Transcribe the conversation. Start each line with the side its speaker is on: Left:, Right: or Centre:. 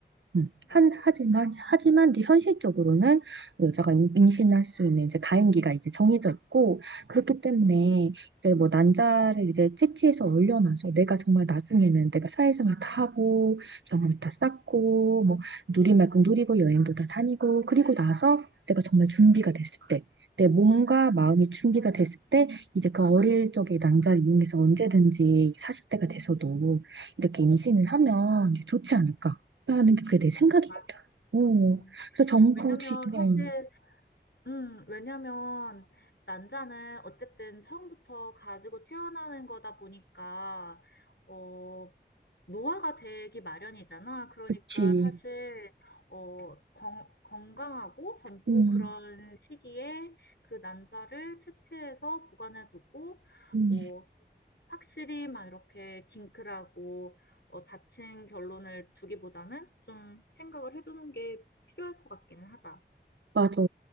Right: 음,
Left: 맞아.
Right: 한, 하지만, 하지만 이제 현실적으로는 여자가 임- 임신할 수 있는 이제 가임기가 이제 정해져 있고, 그렇기 때문에 이제 뭐 난자를 이제 채취해서 올려놔서 내가 정말 나중에는 내가 사회생활 다 하고, 경험을 다 쌓고, 뭐 누릴 만큼 누리고, 여행도 다 다니고, 그리고 나서 내가 정말 준비가 됐을 때, 내 몸과 마음이 준비가 됐을 때, 이제 그 어릴 적의 난자를 이용해서 언제든지 40대가 돼서도 이렇게 임신을 하면 이제 좋지 않을까. 라는 게 그게 내 생각이거든.
Left: 맞아.
Right: 어.
Left: 음.
Right: 그래서 정보
Left: 왜냐면
Right: 지금
Left: 사실 음, 왜냐면 난자는 어쨌든 처음부터 가지고 태어나는 거다 보니까 어 노화가 되기 마련이잖아. 그러니까
Right: 그치.
Left: 사실 어 건, 건강하고 젊고
Right: 음,
Left: 그런 시기에 그 난자를 채취해서 보관해 두고
Right: 음.
Left: 뭐 확실히 막 이렇게 딩크라고 어, 다친 결론을 두기보다는 좀 생각을 해두는 게 필요할 것 같기는 하다.
Right: 맞아.